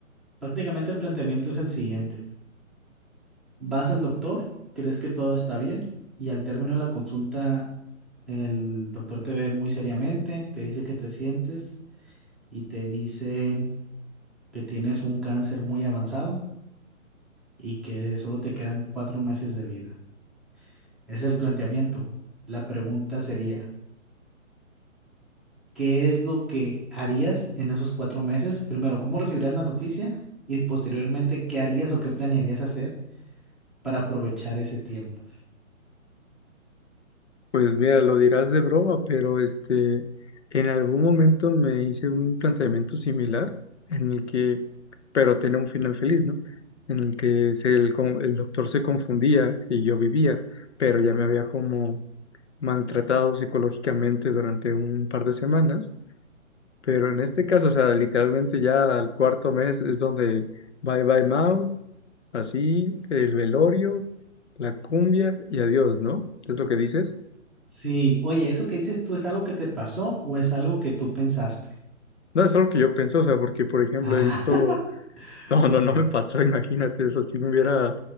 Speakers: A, in the centre; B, on the left (about 55°).
A: Prácticamente el planteamiento es el siguiente. Vas al doctor, crees que todo está bien y al término de la consulta el doctor te ve muy seriamente, te dice que te sientes y te dice que tienes un cáncer muy avanzado y que solo te quedan cuatro meses de vida. Es el planteamiento. La pregunta sería, ¿qué es lo que harías en esos cuatro meses? Primero, ¿cómo recibirías la noticia? Y posteriormente, ¿qué harías o qué planearías hacer para aprovechar ese tiempo?
B: Pues mira, lo dirás de broma, pero este, en algún momento me hice un planteamiento similar en el que, pero tenía un final feliz, ¿no? En el que se- el, con- el doctor se confundía y yo vivía, pero ya me había como maltratado psicológicamente durante un par de semanas. Pero en este caso, o sea, literalmente ya al cuarto mes es donde bye bye Mao Así, el velorio, la cumbia y adiós, ¿no? ¿Es lo que dices?
A: Sí, oye, ¿eso que dices tú es algo que te pasó o es algo que tú pensaste?
B: No, es algo que yo pienso, o sea, porque, por ejemplo,
A: Ah,
B: he visto...
A: <laughs>
B: <laughs> No,
A: ok.
B: no, no me pasó, <laughs> imagínate, eso si me hubiera...